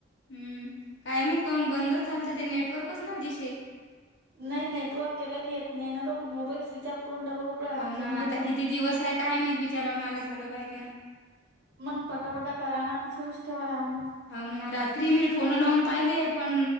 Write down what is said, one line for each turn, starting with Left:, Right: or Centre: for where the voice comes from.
Left: हम्म काय मात काून बंदच झाल तर ते नेटवर्कच ना दिशे
Right: नाही नेटवर्क गेला की येत नाही ना त मोबाईल स्विच अप करून डबल उघडा लागते
Left: हो ना
Right: मग
Left: आता
Right: येत
Left: किती दिवस आहे काय मात विचारा मला झालं पाहिजे ना
Right: मग पटपट कराना सुरूच ठेवानाव मग
Left: हाव ना रात्री मी फोन लावून पाहिले पण